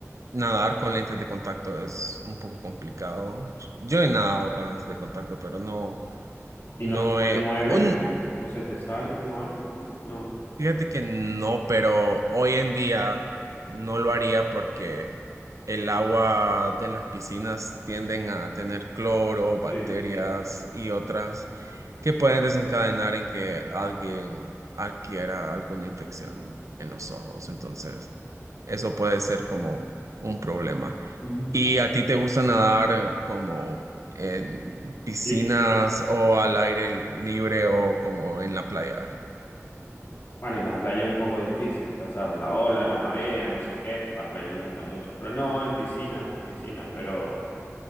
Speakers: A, on the right; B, on the left.
A: nadar con lentes de contacto es un poco complicado. Yo he nadado con lentes de contacto, pero no,
B: Y
A: no
B: no se te
A: No, he,
B: mueven
A: un-
B: o, o se te salen o algo. No,
A: Fíjate que no, pero hoy en día no lo haría porque el agua de las piscinas tienden a tener cloro, bacterias
B: sí.
A: y otras que pueden desencadenar en que alguien adquiera alguna infección en los ojos. Entonces, eso puede ser como un problema.
B: Mm.
A: ¿Y a ti te gusta nadar como en piscinas
B: Li-
A: o al aire libre o como en la playa?
B: Bueno, en la playa es un poco difícil, tú sabes, la ola, la marea, no sé qué, pero la playa me gusta mucho. Pero no, en piscina, en piscina, pero